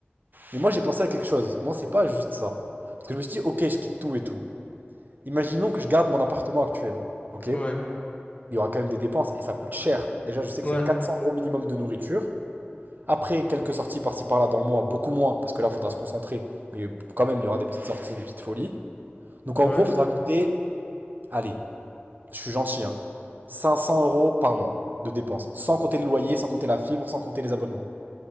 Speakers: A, on the right (about 50°); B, on the left (about 30°).
A: Mais moi, j'ai pensé à quelque chose. Moi, c'est pas juste ça. Parce que je me suis dit, ok, je quitte tout et tout. Imaginons que je garde mon appartement actuel, ok?
B: Ouais,
A: Il y aura quand même des dépenses et ça coûte cher. Déjà, je sais
B: ouais,
A: que c'est 400 euros minimum de nourriture. Après, quelques sorties par-ci par-là dans le mois, beaucoup moins, parce que là, il faudra se concentrer. Mais quand même, il y aura des petites sorties, des petites folies. Donc en
B: ouais,
A: gros, il faudra compter, allez, je suis gentil, hein, 500 euros par mois de dépenses, sans compter le loyer, sans compter la fibre, sans compter les abonnements.